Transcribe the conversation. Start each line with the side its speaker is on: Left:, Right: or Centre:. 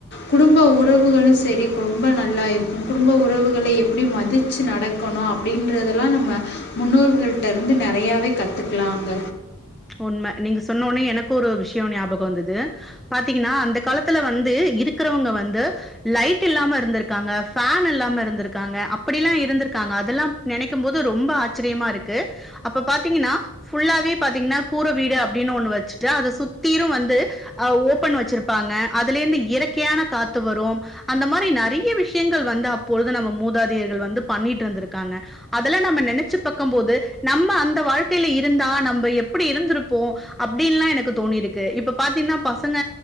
Left: குடும்ப உறவுகளும் செரி ரொம்ப நல்லா இருக்கும் குடும்ப உறவுகளை எப்படி மதிச்சு நடக்கணும் அப்படின்றதெலாம் நம்ம முன்னோர்களிட்ட இருந்து நறையாவவே கத்துக்கலாங்க
Centre: உண்மை நீங்க சொன்னொனே எனக்கும் ஒரு விஷயம் ஞாபகம் வந்தது பாத்தீங்கன்னா அந்த காலத்துல வந்து இருக்கிறவுங்க வந்து லைட் இல்லாம இருந்திருக்காங்க ஃபேன் இல்லாம இருந்திருக்காங்க அப்படில்லாம் இருந்திருக்காங்க அதல்லாம் நினைக்கும் போது ரொம்ப ஆச்சரியமா இருக்கு அப்ப பாத்தீங்கன்னா ஃபுல்லாவே பாத்தீங்கன்னா அப்ப கூர வீடு அப்படின்னு ஒண்ணு வச்சுட்டு அதை சுத்திரும் வந்து அஹ் ஓபன் வச்சிருப்பாங்க அதுல இருந்து இயற்கையான காத்து வரும் அந்த மாதிரி நறைய விஷயங்கள் வந்து அப்பொழுது நம்ம மூதாதியர்கள் வந்து பண்ணிட்டு இருந்திருக்காங்க அதெல்லாம் நம்ம நினைச்சு பாக்கும் போது நம்ம அந்த வாழ்க்கையில இருந்தா நம்ம எப் அப்படி இருந்திருப்போம் அப்படின்னுல்லாம் எனக்கு தோணி இருக்கு இப்ப பாத்தீங்கன்னா பசங்க